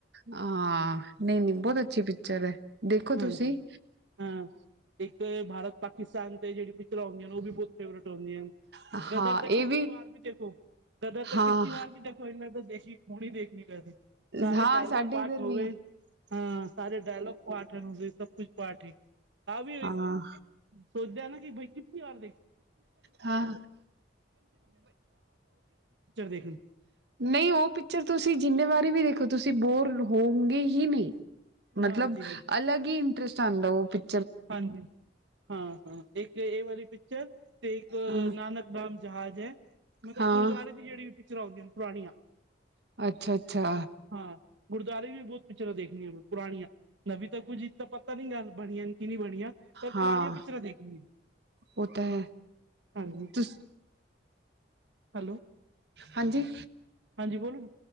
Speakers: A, on the right; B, on the right.
A: ਹਾਂ। ਨਹੀਂ -ਨਹੀਂ, ਬਹੁਤ ਅੱਛੀ ਪਿਕਚਰ ਹੈ। ਦੇਖੋ
B: ਹਾਂਜੀ
A: ਤੁਸੀ।
B: ਹਾਂ। ਇਕ ਭਾਰਤ, ਪਾਕਿਸਤਾਨ ਤੇ, ਜੇੜੀ ਪਿੱਚਰਾ ਹੁੰਦੀਆ ਹਨ। ਉਹ ਵੀ ਬਹੁਤ ਫੇਵਰੇਟ ਹੁੰਦੀਆ ਹਨ।
A: ਹਾਂ
B: ਗਦਰ ਤੇ ਕਿਤਨੀ
A: ਇਹ
B: ਵਾਰ ਵੀ ਦੇਖੋ, ਗਦਰ ਤੇ
A: ਹਾਂ
B: ਕਿਤਨੀ ਵਾਰ ਵੀ ਦੇਖੋ। ਇੰਜ ਲਗਦਾ ਦੇਖੀ ਹੁਣੀ ਦੇਖਣੀ ਪੈਂਦੀ। ਸਾਰੇ
A: ਹਾਂ
B: ਡੇਲੋਕ
A: ਸਾਡੇ
B: ਪਾਠ
A: ਇੱਧਰ
B: ਹੋਵੇ।
A: ਵੀ
B: ਹਾਂ ਸਾਰੇ ਡੇਲੋਕ। ਪਾਠਣ ਵੀ, ਸਭ ਕੁਛ ਪਾਠ ਈ। ਆ ਵੀ,
A: ਹਾਂ
B: ਇਕ ਸੋਚਦੇਆ ਨਾ। <unintelligible> ਚਰ,
A: ਹਾਂ
B: ਦੇਖਣੀ।
A: ਨਈ ਉਹ, ਪਿਚਰ ਤੁਸੀ ਜਿੰਨੇਵਾਰੀ ਵੀ, ਦੇਖੋ। ਤੁਸੀ, ਬੋਰ ਹੋਗੇ ਹੀ, ਨੀ। ਮਤਲਬ,
B: ਹਾਂਜੀ ਹਾਂਜੀ
A: ਅਲਗ ਈ ਇੰਟਰੇਸਟ ਆਉਦਾ। ਉਹ ਪਿਚ
B: ਹਾਂਜੀ। ਹਾਂ-ਹਾਂ, ਏਕ ਏ ਵਲੀ, ਪਿਚਰ ਤੇ ਇਕ,
A: ਹਾਂ
B: ਨਾਨਕ ਨਾਮ ਜਹਾਜ਼ ਐ। ਮਤਲਬ
A: ਹਾਂ
B: ਗੁਰਦੁਆਰੇ ਦੀ, ਜੇੜੀ ਵੀ ਪਿਚਰਾ, ਆਉਂਦੀਆਂ ਨੇ ਪੁਰਾਣੀਆਂ।
A: ਅੱਛਾ -ਅੱਛਾ।
B: ਹਾਂ। ਗੁਰਦੁਆਰੇ ਵੀ ਮੈ, ਬਹੁਤ ਪਿੱਚਰਾ ਦੇਖਣੀਆ ਨੇ, ਪੁਰਾਣੀਆ। ਨਵੀ ਤਾਂ, ਕੁੱਝ ਇਤਾ ਪਤਾ ਨੀ ਹੈ, ਬਣਿਆ। ਕੀ ਨੀ ਬਣਿਆ। ਪਰ
A: ਹਾਂ
B: ਪੁਰਾਣੀਆ ਪਿਚਰਾ, ਦੇਖਣੀਆ।
A: ਉਹ ਤਾਂ ਹੈ
B: ਹਾਂਜੀ।
A: ਤੁਸ
B: ਹੈਲੋ।
A: ਹਾਂਜੀ।
B: ਹਾਂਜੀ ਬੋਲੋ